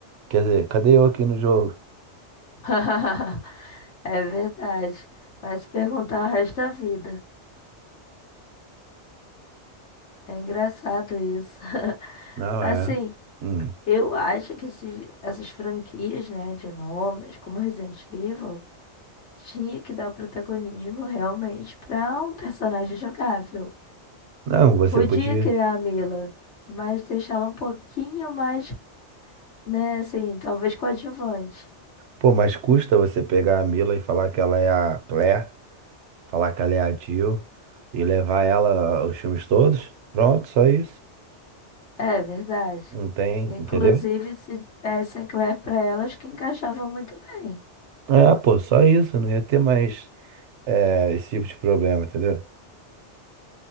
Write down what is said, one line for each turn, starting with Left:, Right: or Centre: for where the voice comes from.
Right: Quer dizer, cadê eu aqui no jogo?
Left: <laughs> É verdade. Vai se perguntar o resto da vida. É engraçado isso. <laughs>
Right: Não,
Left: Assim,
Right: é. Hum.
Left: eu acho que esses- essas franquias, né, de nomes, como Resident Evil. Tinha que dar o protagonismo realmente para um personagem jogável.
Right: Não, você
Left: Podia
Right: podia.
Left: criar a Mila, mas deixá-la um pouquinho mais, né, assim, talvez coadjuvante.
Right: Pô, mas custa você pegar a Mila e falar que ela é a Claire, falar que ela é a Jill e levar ela aos filmes todos? Pronto, só isso.
Left: É verdade.
Right: Não tem,
Left: Inclusive,
Right: entendeu?
Left: se desse a Claire para elas, que encaixava muito bem.
Right: É, pô, só isso. Não ia ter mais é, esse tipo de problema, entendeu?